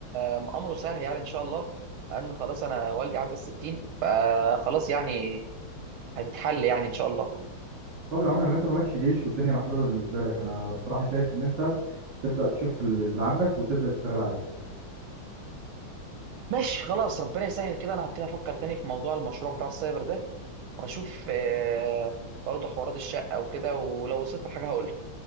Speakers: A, on the right; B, on the right.
A: آه، امره سهل يعني ان شاء الله ان خلاص انا والدي عدى الستين فخلاص يعني هتتحل يعني ان شاء الله
B: طب يا عم يعني انت مالكش جيش والدنيا محلوله بالنسبه لك انا الصراحه شايف ان انت تبدا تشوف اللي عندك وتبدا تشتغل عليه
A: ماشي خلاص ربنا يسهل كده انا هبتدي افكر تاني في موضوع المشروع بتاع السايبر ده وهشوف آه، برضه حوارات الشقة وكده ولو وصلت لحاجة هقول